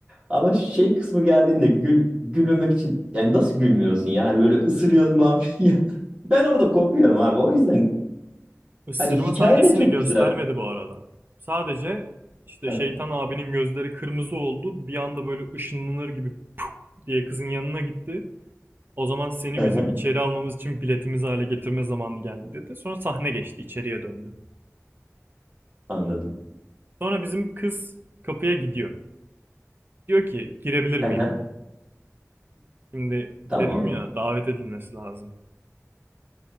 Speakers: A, on the right (about 20°); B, on the right (about 40°).
A: Ama şey kısmı geldiğinde gül, gülmemek için yani nasıl gülmüyorsun yani böyle ısırıyorsun vampir. <laughs> ya. Ben orada kopuyorum abi. O yüzden
B: Isırma
A: hani hikaye
B: sahnesini
A: de çok
B: göstermedi
A: güzel.
B: bu arada. Sadece işte
A: Hı
B: şeytan abinin gözleri kırmızı oldu. Bir anda böyle ışınlanır gibi diye kızın yanına gitti. O zaman seni
A: hı.
B: bizim
A: hı,
B: içeri almamız için biletimiz hale getirme zamanı geldi dedi. Sonra sahne geçti, içeriye döndü.
A: Anladım.
B: Sonra bizim kız kapıya gidiyor. Diyor ki girebilir miyim?
A: Hı hı.
B: Şimdi
A: Tamam.
B: dedim ya davet edilmesi lazım.